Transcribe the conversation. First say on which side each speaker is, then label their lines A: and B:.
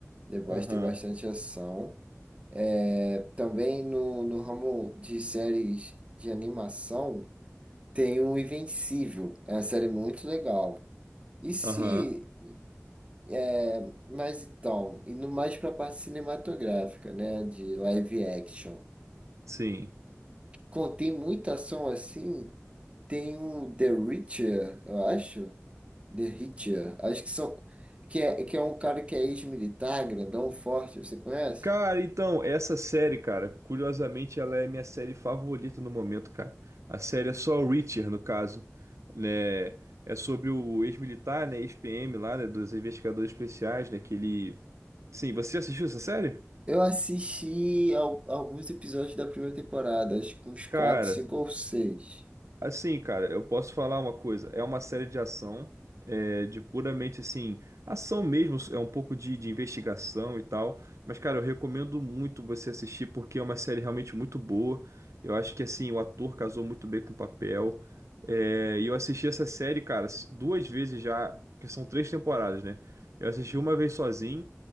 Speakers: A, on the right (about 25°); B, on the right (about 85°).
A: The Boys
B: Aham.
A: tem bastante ação. É, também no, no ramo de séries de animação, tem o Invencível, é uma série muito legal. E se,
B: Aham.
A: é, mas então, indo mais para a parte cinematográfica, né? De live action,
B: Sim.
A: que contém muita ação assim, tem o The Reacher, eu acho. The Hitcher. Acho que são. Que é, que é um cara que é ex-militar, grandão, forte, você conhece?
B: Cara, então, essa série, cara, curiosamente ela é minha série favorita no momento, cara. A série é só Reacher, no caso, né? É sobre o ex-militar, né, ex-PM lá, né, dos investigadores especiais, né, que ele... Sim, você já assistiu essa série?
A: Eu assisti al- alguns episódios da primeira temporada, acho que uns quatro,
B: Cara,
A: cinco ou seis.
B: Assim, cara, eu posso falar uma coisa. É uma série de ação, é, de puramente assim, ação mesmo, é um pouco de, de investigação e tal. Mas, cara, eu recomendo muito você assistir porque é uma série realmente muito boa. Eu acho que assim, o ator casou muito bem com o papel. É, e eu assisti essa série, cara, s- duas vezes já, porque são três temporadas, né? Eu assisti uma vez sozinho